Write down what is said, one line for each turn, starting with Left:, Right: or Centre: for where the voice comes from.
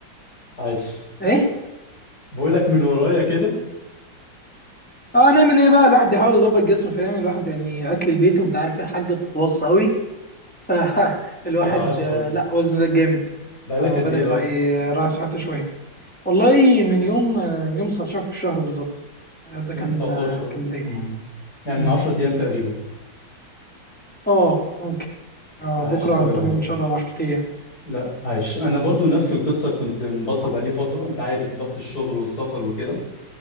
Left: عايش
Centre: ايه
Left: بقول لك من ورايا كده
Centre: اه نعمل ايه بقى الواحد بيحاول يظبط جسمه فاهم الواحد يعني اكل البيت وانت عارف الحاجه بتتوصى قوي <laughs> فالواحد
Left: طب عاش
Centre: آه،
Left: قوي
Centre: لا وزنه زاد جامد
Left: بقالك
Centre: فبدأ
Left: قد ايه بقى
Centre: لا إيه، راعي صحته شويه والله من يوم آه، يوم 19 في الشهر بالظبط آه، ده
Left: يوم
Centre: كان
Left: 19
Centre: آه، كان بدايتي
Left: امم يعني
Centre: مم.
Left: من 10 ايام تقريبا
Centre: اه ممكن آه
Left: عاش
Centre: بكره
Left: قوي
Centre: هنتمم
Left: والله
Centre: ان شاء الله ال 10 ايام
Left: لا عايش انا برضو نفس القصه كنت مبطل بقالي فتره انت عارف ضغط الشغل والسفر وكده